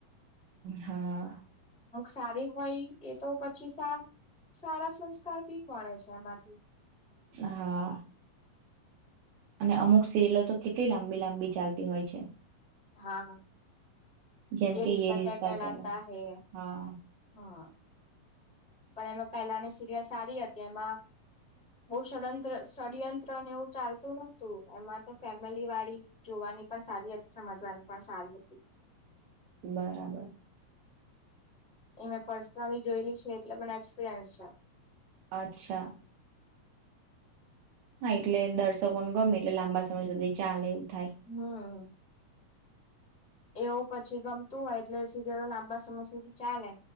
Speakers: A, on the right; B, in the centre.
A: હા.
B: સારી હોય એ તો પછી સારા સંસ્કાર બી મળે છે એમાંથી.
A: હા. અને અમુક સિરિલો તો કેટલી લાંબી લાંબી ચાલતી હોય છે.
B: હા.
A: જેમ
B: એ
A: કે
B: રિશ્તા
A: યે
B: ક્યા ક્યા
A: કહેવાય
B: લતા હૈ,
A: હા
B: હા. પણ એમાં પહેલાની સિરિયલ સારી હતી એમાં બવ ષડંત્ર ષડયંત્ર એવું ચાલતું નતું એમાં તો ફેમિલી વાળી જોવાની પણ સારી હતી, સમજવાની પણ સારી હતી.
A: બરાબર.
B: એ મેં પર્સનલી જોયલી છે એટલે મને એક્સપિરિયન્સ છે.
A: અચ્છા. હા એટ લે દર્શકો નો ગમે એટલે લાંબા સમય સુધી ચાલે. થાય
B: હમ્મ. એવું પછી ગમતું હોય એટલે સીરયલ લાંબા સમય સુધી ચાલે.